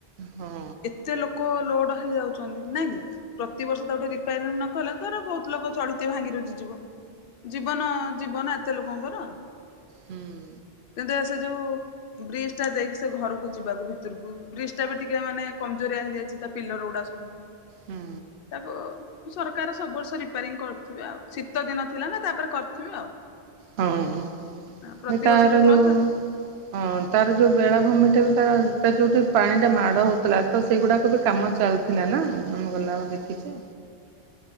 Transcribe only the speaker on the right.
ହଁ।
ହୁଁ।
ହୁଁ।
ହଁ। ଏବେ
ତାର
ଯୋଉ
ହଁ ତାର ଯୋଉ ବେଳାଭୂମି ଟା ବି ତା ତାର ଯୋଉଠି ପାଣି ଟା ମାଡ
ହଉଥିଲା ତ ସେଇଗୁଡାକ ବି କାମ ଚାଲିଥିଲା ନା ଆମେ ଗଲା ବେଳେ ଦେଖିଚୁ।